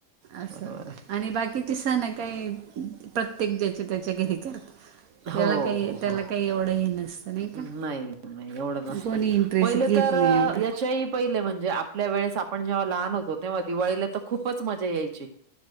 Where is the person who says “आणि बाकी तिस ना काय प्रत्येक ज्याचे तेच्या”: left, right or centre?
Right